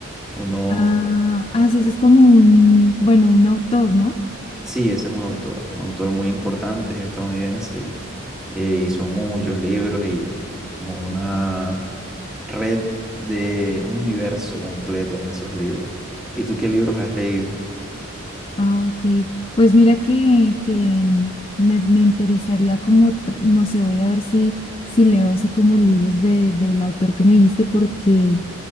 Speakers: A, in the centre; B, on the left (about 25°).
A: uno
B: Ah, haces es como un, bueno, un autor, ¿no?
A: Sí, ese es un autor, un autor muy importante, es estadounidense. Él eh, hizo muchos libros y como una red de un universo completo en esos libros. ¿Y tú qué libros has leído?
B: Ah, ok. Pues mira que, que me, me interesaría como, tr- no sé, voy a ver si, si leo así como libros de, del autor que me dijiste, porque